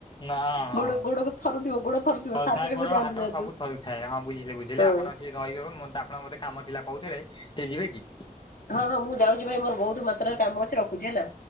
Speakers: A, on the left (about 35°); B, on the left (about 85°).
A: ନା ହଁ
B: ଗୋଡ ଗୋଡ ଥରୁଥିବ ଗୋଡ ଥରୁଥିବ
A: ଥରୁଥାଏ
B: ସାର୍ କହିବେ
A: ଗୋଡ
B: ହଉ ଯାଆନ୍ତୁ
A: ହାତ
B: ଯାଆନ୍ତୁ
A: ସବୁ ଥରୁ ଥାଏ ହଁ ବୁଝିଲେ ବୁଝିଲେ
B: ହଁ
A: ଆପଣ ରହିବେ ଆପଣଙ୍କ ମତେ କାମ ଥିଲା କହୁଥିଲେ ଟିକେ ଯିବେ କି?
B: ହଁ ହଁ ମୁଁ ଯାଉଛି ଭାଇ ମୋର ବହୁତ ମାତ୍ରାରେ କାମ ଅଛି ରଖୁଛି ହେଲା।